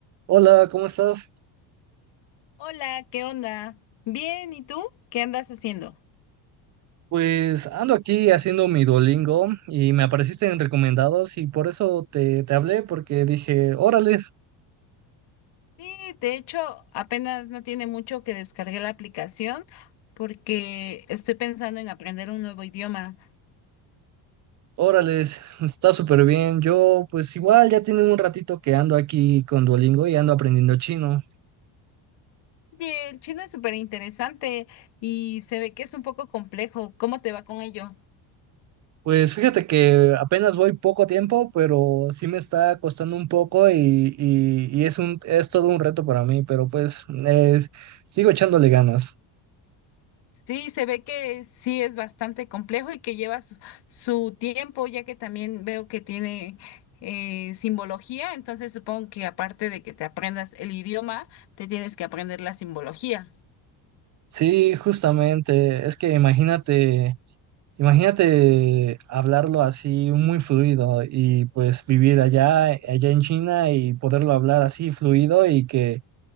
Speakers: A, on the right; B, on the left.
A: Hola, ¿cómo estás?
B: Hola, ¿qué onda? Bien, ¿y tú? ¿Qué andas haciendo?
A: Pues ando aquí haciendo mi Duolingo y me apareciste en recomendados y por eso te, te hablé porque dije, órales,
B: Sí, de hecho, apenas no tiene mucho que descargué la aplicación porque estoy pensando en aprender un nuevo idioma.
A: órales, está súper bien. Yo pues igual ya tiene un ratito que ando aquí con Duolingo y ando aprendiendo chino.
B: Oye, el chino es súper interesante y se ve que es un poco complejo. ¿Cómo te va con ello?
A: Pues fíjate que apenas voy poco tiempo, pero sí me está costando un poco y, y- y es un, es todo un reto para mí, pero pues eh, sigo echándole ganas.
B: Sí, se ve que sí es bastante complejo y que lleva su, su tiempo, ya que también veo que tiene eh, simbología, entonces supongo que aparte de que te aprendas el idioma, te tienes que aprender la simbología.
A: Sí, justamente, es que imagínate. Imagínate hablarlo así muy fluido y pues vivir allá, allá en China y poderlo hablar así fluido y que